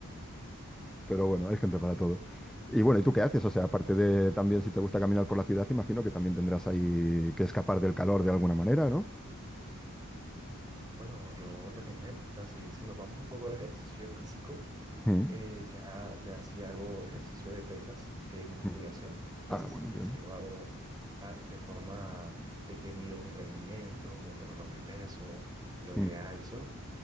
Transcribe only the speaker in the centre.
Pero bueno, hay gente para todo. Y bueno, ¿y tú qué haces? O sea, aparte de también si te gusta caminar por la ciudad, imagino que también tendrás ahí que escapar del calor de alguna manera, ¿no?
Mm,
mm.
Ah,
bueno, bien.
Mm,